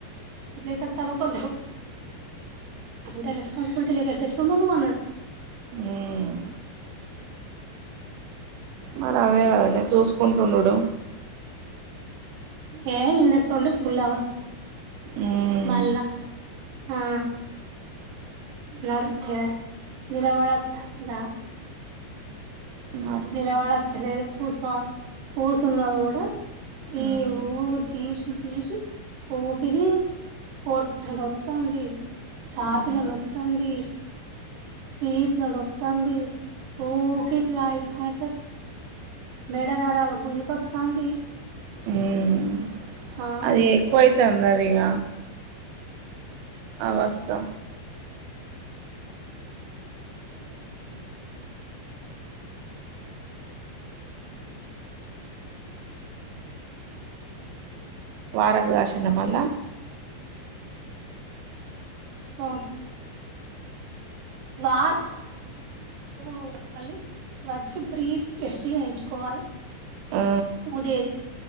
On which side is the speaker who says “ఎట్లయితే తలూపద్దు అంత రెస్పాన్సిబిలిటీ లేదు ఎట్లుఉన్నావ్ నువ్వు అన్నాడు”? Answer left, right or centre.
Right